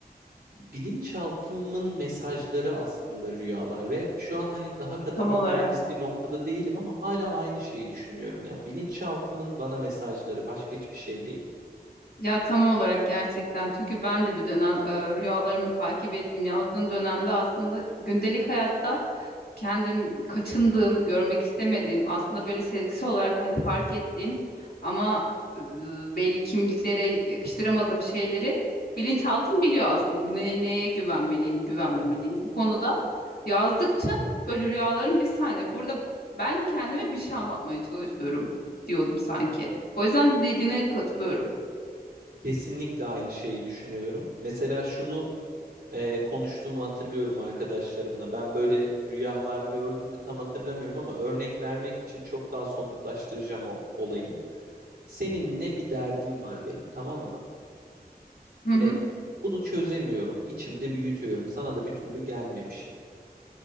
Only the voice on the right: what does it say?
bilinçaltımın mesajları aslında rüyalar ve şu an hani daha katı
materyalist
bir noktada değilim ama hala aynı şeyi düşünüyorum. Yani bilinçaltımın bana mesajları başka hiçbir şey değil.
Evet.
Kesinlikle aynı şeyi düşünüyorum. Mesela şunu e, konuştuğumu hatırlıyorum arkadaşlarımla. Ben böyle rüyalar gördüm mü tam hatırlamıyorum ama örnek vermek için çok daha somutlaştıracağım o olayı. Seninle bir derdim var benim, tamam mı?
Ve
bunu çözemiyorum. İçimde büyütüyorum. Sana da bir türlü gelmemişim.